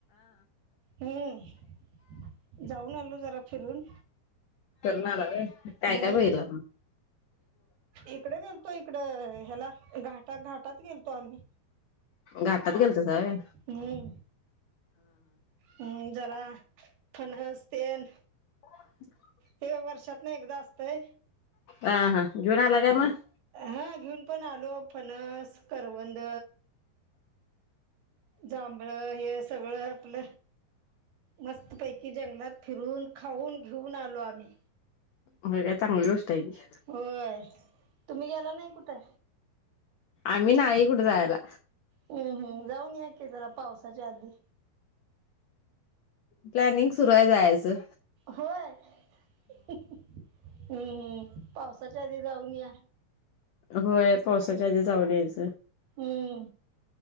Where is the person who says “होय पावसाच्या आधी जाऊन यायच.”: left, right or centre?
Left